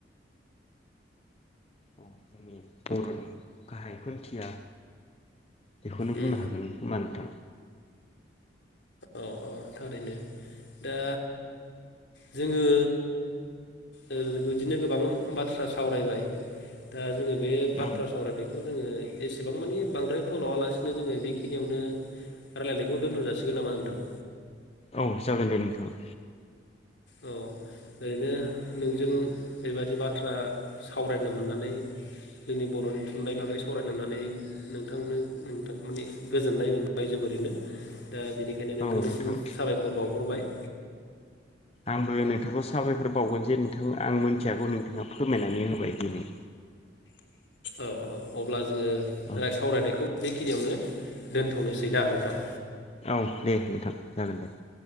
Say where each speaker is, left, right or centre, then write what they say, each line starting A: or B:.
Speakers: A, on the left (about 30°); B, on the left (about 75°).
A: अ जोंनि बरनि गाहाय खुन्थिया। बेखौनो
B: उम
A: बुंनो हागोन खोमा नोंथां?
B: औ औ थारैनो दा जोङो ओ बिदिनो गोबां बाथ्रा सावरायबाय दा जोङो। बे
A: औ
B: बाथ्रा सावरायनायखौ जोङो। जेसेबां मानि बांद्राय फोलावालासिनो जोङो बेखिनियावनो रायलायनायखौ दोनथ जासिगोन नामा नोंथां?
A: औ जागोन दे नोंथां।
B: औ ओरैनो नोंजों बेबायदि बाथ्रा सावरायनो मोननानै जोंनि बरनि थुनलाइ बागै सावरायनो मोननानै नोंथांनो नोंथां माने गोजोननाय मोनबाय जोबोरैनो। दा बेनिखायनो नोंथांनिसिम
A: औ नोंथां
B: साबायखर बावहरबाय।
A: आंबो नोंथांखौ साबायखर बावगोन जे नोंथां आं मोनथियागौ नोंथाङा फोरमायनानै होबाय दिनै।
B: औ औ अब्ला। जोङो
A: औ
B: सावरायनायखौ बेखिनियावनो दोनथ'नोसै दा नोंथां।
A: औ दे नोंथां जागोन दे।